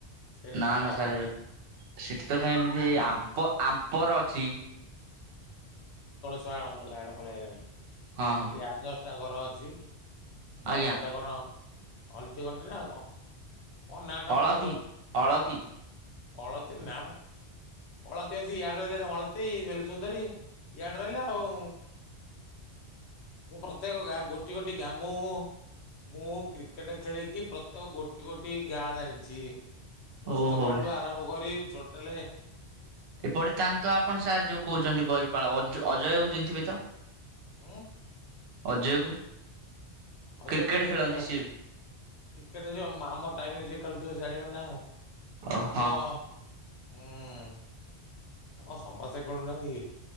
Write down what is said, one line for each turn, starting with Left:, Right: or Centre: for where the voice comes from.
Left: ସେଇଠି
Right: ନ
Left: ତାଙ୍କ
Right: ନା
Left: ଘର।
Right: ସାର ସେଠି ତ କାଇଁ ଏମିତି ଆମ୍ପ ଆମ୍ପର ଅଛି।
Left: କୁଆଡ଼େ ଅଲଗା ଆଡେ ପଳେଇ ଆଇଲଣି
Right: ହଁ
Left: ସେଠି
Right: ହଁ
Left: ଆଠ ଦଶଟା ଘର ଅଛି। ଦ
Right: ଆଜ୍ଞା
Left: ସେଟା କଣ ନା ହଳଦୀ ଗଣ୍ଠି ନା କଣ ନାଁ ଟା
Right: ହଳଦୀ
Left: ମୋର ତ
Right: ହଳଦୀ
Left: ହଳଦୀ ନା ମ ଅଳତି ଆସି ୟାଡେ ରହିଲାଣି, ଅଳତୀ ବେଲ ସୁନ୍ଦରୀ। ଇଆଡେ ରହିଲେ ଆଉ ମୁଁ ପ୍ରତ୍ୟେକ ଗାଁ ଗୋଟେ ଗୋଟି ଗୋଟି ଗାଁ ମୁଁ। ମୁଁ କ୍ରିକେଟ ଖେଳିକି ପ୍ରତ୍ୟେକ ଗୋଟି ଗୋଟି ଗାଁ ଜାଣିଛି। ଓସ୍ତ
Right: ଓହୋ
Left: ପାଲି ଠାରୁ ଆରମ୍ଭ କରି ସୋର୍ଟେଲ।
Right: <unintelligible> ଆପଣ ସାର୍ ଯୋଉ କହୁଛନ୍ତି ବରିପାଳ ଅଜୁ ଅଜୟକୁ ଚିହ୍ନି ଥିବେ ତ?
Left: ଉଁ।
Right: ଅଜୟ କୁ?
Left: ଅଜୟ
Right: କ୍ରିକେଟ
Left: କିଏ
Right: ଖେଳନ୍ତି
Left: କହିବ
Right: ସିଏ ବି।
Left: କ୍ରିକେଟ ଯେ ଆମ ଟାଇମରେ ଯିଏ ଖେଳୁଥିବ ଜାଣିବା ନା ଆଉ
Right: ଓ
Left: ଆମ
Right: ହଁ
Left: <inaudible> ହଉ ସମସ୍ତେ ଖେଳୁନାହାନ୍ତି କି?